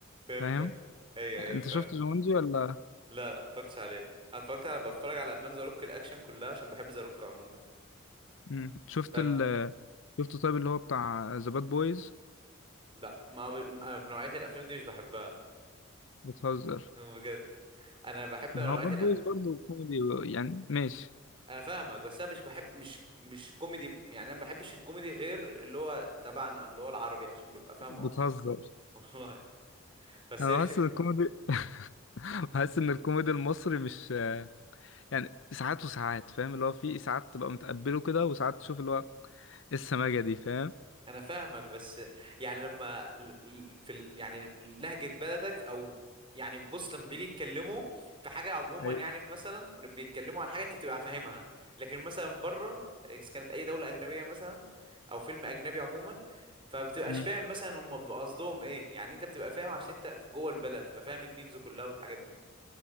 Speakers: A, on the right; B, on the left.
A: فهمتك
B: فاهم
A: ايوه
B: انت
A: ايوه فاهم
B: شفت جومانجي ولا
A: لا لا، ما اتفرجتش عليه انا اتفرجت على بتفرج على افلام ذا روك الاكشن كلها عشان بحب ذا روك عموما
B: مم. شفت
A: ف
B: ال شفت طيب اللي هو بتاع ذا باد بويز
A: لا ما ب... أنا نوعية الافلام دي مش بحبها
B: بتهزر
A: بجد انا بحب نوعية
B: ده هو باد
A: الأف...
B: بويز برضه كوميدي يعني ماشي
A: انا فاهمك بس انا مش بحب مش مش كوميدي يعني انا ما بحبش الكوميدي غير اللي هو تبعنا اللي هو العربي عشان ببقى فاهمه
B: بتهزر
A: اكتر <laughs> والله بس
B: انا
A: هي الفكره
B: بحس ان الكوميدي <laughs> بحس ان الكوميدي المصري مش يعني ساعات وساعات فاهم اللي هو في ساعات تبقى متقبله كده وساعات تشوف اللي هو إيه السماجة دي فاهم
A: انا فاهمك بس يعني لما ال- ال- في ال- يعني لهجه بلدك او يعني بص لما بيجي يتكلموا في حاجه عموما
B: ايوه
A: يعني في مثلا بيتكلموا عن حاجه انت بتبقى فاهمها لكن مثلا بره إذا كانت اي دوله اجنبيه مثلا او فيلم اجنبي عموما فبتبقاش
B: مم.
A: فاهم مثلا هم بيبقى قصدهم ايه يعني انت بتبقى فاهم عشان انت جوه البلد ففاهم الميمز كلها والحاجات دي